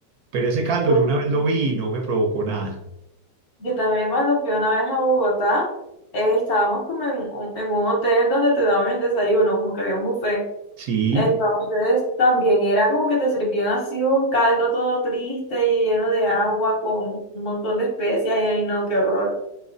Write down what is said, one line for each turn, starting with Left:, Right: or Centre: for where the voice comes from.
Right: Pero ese caldo
Left: Pobrecito.
Right: yo una vez lo vi y no me provocó nada.
Left: Yo también cuando fui una vez a Bogotá, eh, estábamos como en, un en un hotel donde te daban el desayuno, como que había un buffet.
Right: Sí,
Left: Entonces también era como que te servían así un caldo todo triste y lleno de agua con un montón de especias y ay no, qué horror.